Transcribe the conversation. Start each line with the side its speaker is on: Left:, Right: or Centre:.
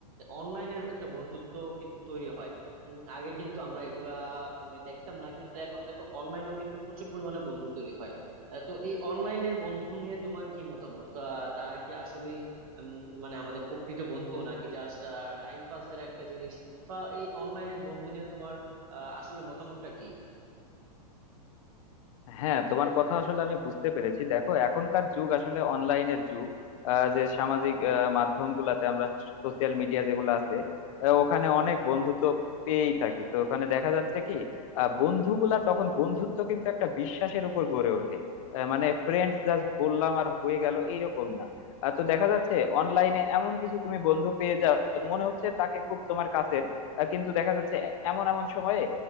Right: অনলাইনের একটা বন্ধুত্ব কিন্তু তৈরি হয় উম, আগে কিন্তু আমরা এগুলা উম, দেখতাম না কিন্তু এখন দেখো অনলাইনেও কিন্তু প্রচুর পরিমাণে বন্ধু তৈরি হয় আহ, তো এই অনলাইনের বন্ধু নিয়ে তোমার কি মতামত আহ, তারা কি আসলেই উম, মানে আমাদের প্রকৃত বন্ধু নাকি জাস্ট টাইম পাসের একটা জিনিস বা এই অনলাইনের বন্ধু নিয়ে তোমার আহ, আসলে মতামতটা কি
Left: হ্যাঁ তোমার কথা আসলে আমি বুঝতে পেরেছি দেখো এখনকার যুগ আসলে অনলাইনের যুগ আহ, যে সামাজিক আহ, মাধ্যমগুলাতে আমরা সোশ্যাল মিডিয়া যেগুলো আছে আহ, ওখানে অনেক বন্ধুত্ব পেয়েই থাকি তো ওখানে দেখা যাচ্ছে কি আহ, বন্ধুগুলা তখন বন্ধুত্ব কিন্তু একটা বিশ্বাসের উপর গড়ে ওঠে আহ, মানে ফ্রেন্ডস জাস্ট বললাম আর হয়ে গেল এইরকম না আহ, তো দেখা যাচ্ছে অনলাইনে এমন কিছু তুমি বন্ধু পেয়ে যাও মনে হচ্ছে তাকে খুব তোমার কাছের আহ, কিন্তু দেখা যাচ্ছে এমন এমন সময়ে